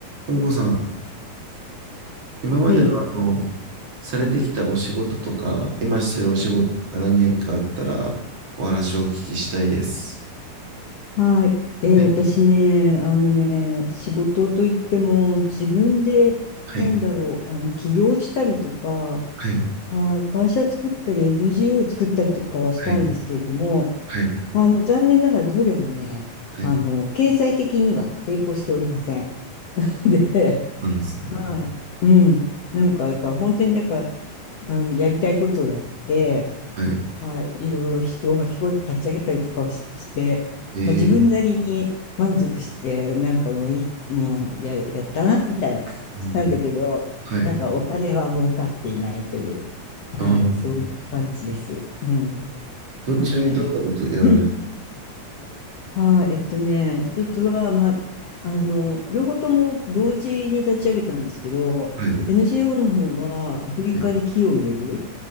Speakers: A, on the right (about 45°); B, on the left (about 55°).
A: 本郷さん、今までの、
B: はい。
A: あの、されてきたお仕事とか、今してるお仕事とか何かあったら、
B: うん
A: お話をお聞きしたいです。
B: はい。えー私ね、
A: はい、
B: あのね、仕事といっても、自分で、
A: はい、
B: なんだろう、あの、起業したりとか、
A: はい、
B: はい、会社作ったり、NGO 作ったりとかはしたんですけれども、
A: はい、はい、
B: あの、残念ながらどれもね、
A: はい。
B: あの、経済的には成功しておりません。<laughs> で、
A: そうですね。
B: はい。
A: あ
B: うん。なんか、だから本当になんか、あの、やりたいことをやって、
A: はい。
B: はい、いろいろ人を巻き込んで立ち上げたりとかをし、して、
A: えー、
B: まあ、自分なりに満足してなんかもういい、もうや、やったなみたいな感じなんだけどなんかお金は儲かっていないという、
A: うん、はい。あー
B: はい、そういう感じです。うん、
A: ど、
B: あのね
A: ちなみにどんなことやられる
B: <clears throat> はい、えっとね、一つは、まあ、あの、両方とも同時に立ち上げたんですけど、
A: はい、
B: NGO の方はアフリカに木を植える、
A: はい、